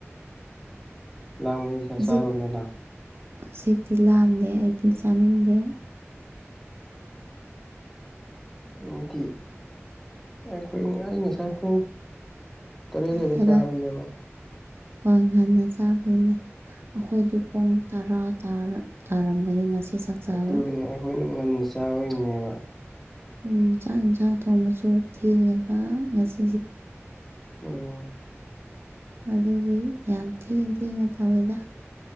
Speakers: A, in the centre; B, on the right (about 55°).
A: ꯂ ꯃꯅꯤꯁ
B: ꯍꯧꯖꯤꯛ
A: ꯁꯔꯣꯗꯅꯥ
B: ꯍꯧꯖꯤꯛꯇꯤ ꯂꯥꯟꯗꯦ ꯑꯩꯗꯤ ꯆꯥꯅꯤꯡꯗꯦ
A: ꯎꯝ ꯗꯤ ꯏꯁ <unintelligible> ꯉꯁꯥꯏ ꯄꯨꯡ ꯇꯔꯦꯠ
B: ꯀꯩ
A: ꯑꯗꯥꯏꯗ
B: ꯍꯥꯏꯕ
A: ꯁꯥꯕꯅꯦꯕ
B: ꯍꯣꯏ ꯉꯟꯅ ꯆꯥꯕꯒꯤꯅꯦ ꯑꯩꯈꯣꯏꯗꯤ ꯄꯨꯡ ꯇꯔꯥ ꯇꯥꯔꯝꯒꯅꯤ ꯉꯁꯤ ꯆꯥꯛ ꯆꯥꯕ
A: ꯑꯗꯨꯒꯤꯅꯦ ꯑꯩꯈꯣꯏꯅ ꯉꯟꯅ ꯆꯥꯕꯒꯤꯅꯦꯕ
B: ꯎꯝ ꯆꯥꯛ ꯏꯟꯁꯥꯡ ꯊꯣꯡꯕꯁꯨ ꯊꯦꯡꯉꯦꯕ ꯉꯁꯤ
A: ꯎꯝ
B: ꯑꯗꯨꯒꯤ ꯌꯥꯝ ꯊꯦꯡ ꯊꯦꯡꯅ ꯇꯧꯋꯦꯗ